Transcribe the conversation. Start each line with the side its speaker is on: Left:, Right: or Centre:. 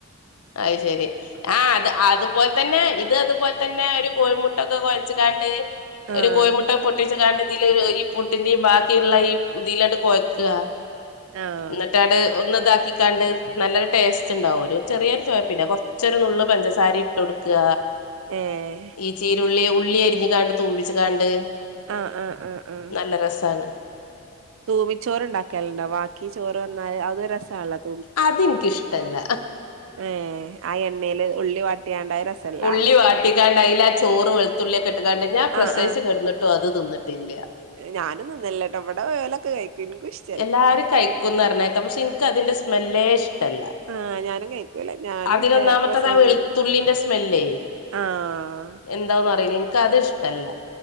Left: അത് ശരി ആഹ് അത് അതുപോലെ തന്നെ, ഇത് അതുപോലെ തന്നെ ഒരു കോഴിമുട്ടൊക്കെ കുഴച്ചിടാണ്ട്.
Right: ആഹ്
Left: ഒരു കോഴിമുട്ട പൊട്ടിച്ച് കാണ്ട് ഇതിലൊര്, ഈ പുട്ടിന്റെയും ബാക്കിയുള്ള ഈ ഇതിലായിട്ട് കൊഴയ്ക്കുക.
Right: ആഹ്
Left: എന്നിട്ടാണ്ട് ഒന്ന് ഇതാക്കിക്കാണ്ട് നല്ലൊരു ടേസ്റ്റ് ഉണ്ടാവും, ഒരു ചെറിയൊരു ചുവ, പിന്നെ കുറച്ചൊരു നുള്ള് പഞ്ചസാര ഇട്ട് കൊടുക്കുക.
Right: ഏഹ്
Left: ഈ ചീരുള്ളി ഉള്ളി അരിഞ്ഞു കാണ്ട് തൂമ്പിച്ചു കാണ്ട്,
Right: ആഹ് ആഹ് ആഹ് ആഹ്
Left: നല്ല രസമാണ്.
Right: തൂമിച്ചോറ് ഉണ്ടാക്കലുണ്ടോ ബാക്കി ചോറ് വന്നാല് അത് രസാണത്
Left: അതെനിക്കിഷ്ടല്ല
Right: ഏ ആ എണ്ണയില് ഉള്ളി വാട്ടിയാണ്ടായ രസല്ല
Left: ഉള്ളി വാട്ടിക്കാണ്ട്‌, അയില ആ ചോറ് വെള തുള്ളിയൊക്കെ ഇട്ട് ക്കാണ്ട് ഞാൻ പ്രസവിച്ചു
Right: ആഹ് ആഹ്
Left: കിടന്നിട്ടും അത് തിന്നിട്ടില്ല.
Right: ഞാനും തിന്നല്ലേട്ടോ ഇവിടെ പോയലൊക്കെ കഴിക്കും ഇഷ്ടം
Left: എല്ലാരും കഴിക്കുന്നറിഞ്ഞേക്കാം പക്ഷെ എനിക്ക് അതിന്റെ സ്മെല്ലേ ഇഷ്ടല്ല.
Right: ആഹ് ഞാനും കഴിക്കൂല ഞാന്
Left: അതിലൊന്നാമത്ത
Right: ന്റെ പ്രസവം
Left: വെളുത്തുള്ളിന്റെ
Right: കഴിഞ്ഞ്
Left: സ്മെല്ലേ
Right: ആഹ്
Left: എന്താന്നറിയില്ല എനിക്കത് ഇഷ്ടല്ല